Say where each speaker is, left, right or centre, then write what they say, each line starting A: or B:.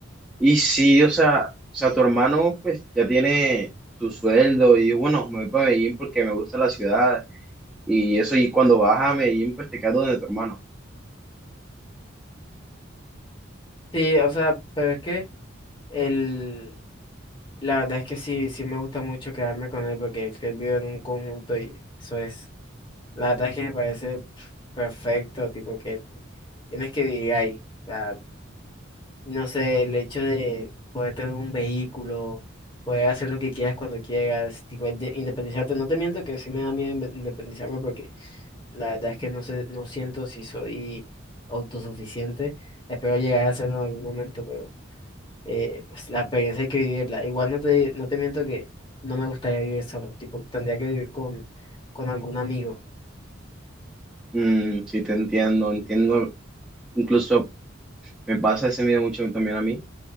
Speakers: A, in the centre; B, on the left (about 25°).
A: Y sí, o sea, o sea, tu hermano pues ya tiene su sueldo y bueno, me voy para Medellín porque me gusta la ciudad Y eso, y cuando vas a Medellín, pues te quedas donde tu hermano.
B: Sí, o sea, pero es que el, la verdad es que sí, sí me gusta mucho quedarme con él porque es que él vive en un conjunto y eso es, la verdad es que me parece perfecto, tipo que tienes que vivir ahí. O sea, no sé, el hecho de poder tener un vehículo, poder hacer lo que quieras cuando quieras, tipo de independizarte, no te miento que sí me da miedo inve- independizarme porque la verdad es que no sé, no siento si soy autosuficiente. Espero llegar a hacerlo en algún momento, eh, pues la experiencia hay que vivirla. Igual no te, no te miento que no me gustaría vivir solo, tipo, tendría que vivir con, con algún amigo.
A: Mm, sí, te entiendo, entiendo. Incluso me pasa ese miedo mucho también a mí.